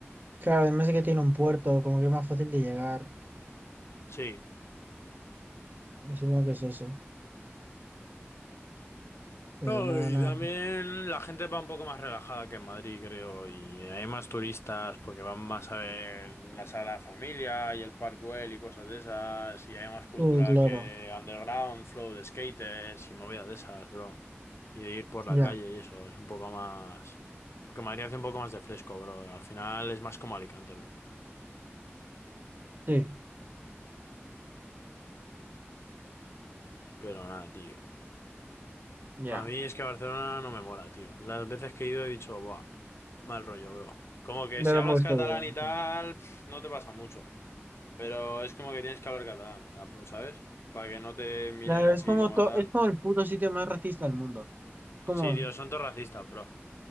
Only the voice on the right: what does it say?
Claro, además de que tiene un puerto, como que es más fácil de llegar.
Y supongo que es eso. Pero
nada,
nada.
Sí, claro.
Ya,
sí,
ya.
Ya
tampoco
es
que... haya
mucho.
Claro,
es como,
to-
es como el puto sitio más racista del mundo. Como,